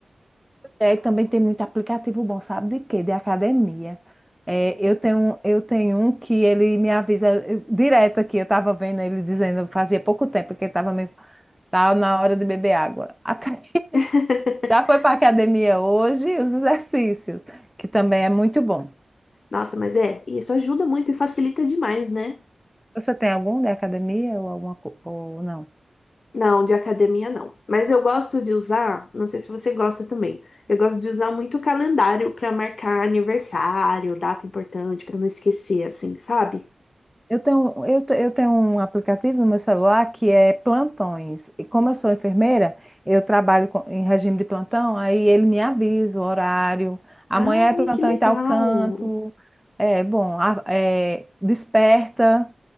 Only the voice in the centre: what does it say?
é, também tem muito aplicativo bom, sabe de quê? De academia. É, eu tenho, eu tenho um que ele me avisa eu- direto aqui, eu estava vendo ele dizendo, fazia pouco tempo que ele estava me Tá na hora de beber água. A Thaís <laughs>
já foi para academia hoje, os exercícios, que também é muito bom.
Você tem algum da academia ou alguma co- ou não?
Eu tenho, eu, te- eu tenho um aplicativo no meu celular que é plantões. E como eu sou enfermeira, eu trabalho com- em regime de plantão, aí ele me avisa o horário. Amanhã
é plantão
em tal canto. É bom, a- é, desperta.